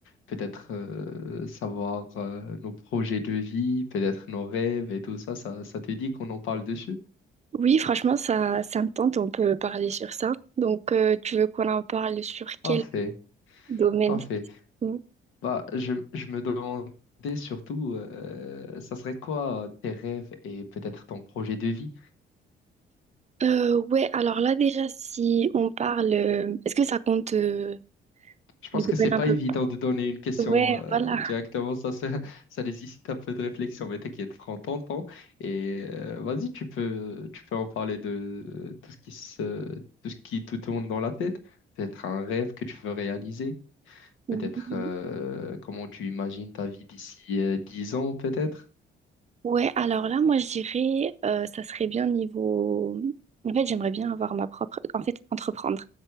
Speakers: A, on the left (about 85°); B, on the right (about 35°).
A: peut-être euh, savoir euh, nos projets de vie, peut-être nos rêves et tout ça, ça, ça te dit qu'on en parle dessus?
B: oui, franchement, ça, ça me tente, on peut parler sur ça. Donc, euh, tu veux qu'on en parle sur quel
A: Parfait,
B: domaine
A: parfait.
B: spécifiquement
A: Bah, je, je me demandais surtout, euh, ça serait quoi tes rêves et peut-être ton projet de vie?
B: Euh, ouais, alors là, déjà, si on parle, euh, est-ce que ça compte euh,
A: Je pense
B: le domaine
A: que c'est pas
B: un peu?
A: évident de donner une question
B: Ouais,
A: euh,
B: voilà.
A: directement, ça, ça, <laughs> ça nécessite un peu de réflexion, mais t'inquiète, prends ton temps et euh, vas-y, tu peux, tu peux en parler de euh, tout ce qui se, tout ce qui te tourne dans la tête, peut-être un rêve que tu veux réaliser,
B: Oui.
A: peut-être euh, comment tu imagines ta vie d'ici euh, 10 ans, peut-être.
B: Ouais, alors là, moi, je dirais, euh, ça serait bien niveau. En fait, j'aimerais bien avoir ma propre. En fait, entreprendre.